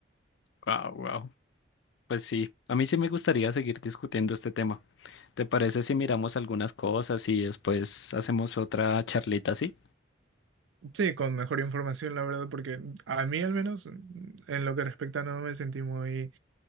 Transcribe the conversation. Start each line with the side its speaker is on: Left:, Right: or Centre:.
Left: Wow, wow. Pues sí, a mí sí me gustaría seguir discutiendo este tema. ¿Te parece si miramos algunas cosas y después hacemos otra charlita así?
Right: Sí, con mejor información, la verdad, porque a mí al menos, mm, en lo que respecta, no me sentí muy,